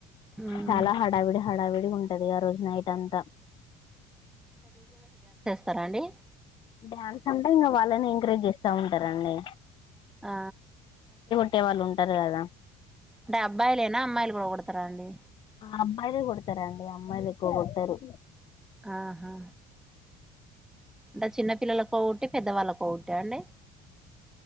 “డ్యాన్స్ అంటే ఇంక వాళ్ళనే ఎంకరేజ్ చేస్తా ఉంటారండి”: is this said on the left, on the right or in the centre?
Left